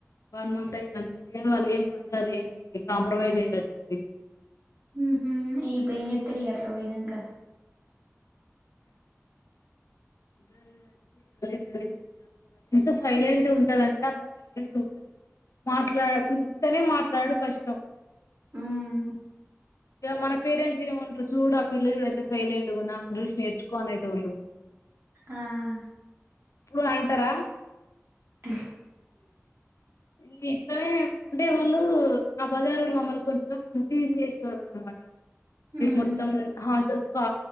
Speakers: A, on the left; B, on the right.
A: వన్ మంత్ అయితంది గని. తెలిసి వాళ్ళు ఏం పంచాయితీ ఏం చేయాలే, కాంప్రమైజ్ అయినట్టుంది.
B: ఉహు ఇగిప్పుడు ఏం జెత్తరు ఇగ అట్లా పోయినంక.
A: ఇద్దరూ మంచిగా ఆ గలీజ్ గలీజ్ ఉంటారు. ఎంత సైలెంట్ ఉంటదంటె, అంత సైలెంట్ ఉంటది. మాట్లా ఇంతనే మాట్లాడు కష్టం.
B: ఉమ్
A: ఇగ మన పేరెంట్స్ ఏమంట్రు. సూడు ఆ పిల్ల చూడ ఎంత సైలట్ ఉందో ఆమెన్ చూష్ నర్చుకోనేటోళ్ళు.
B: ఆఆ
A: ప్పుడు అంటారా.
B: క
A: ఈ ఇట్లనే అంటే వాళ్ళు, ఆ బజారులో మమ్మల్ని కొంచెం, టీజ్ చేసెటోల్లనమాట్ మీరు
B: ఉమ్
A: మొత్తం హాస్టల్స్ స్కో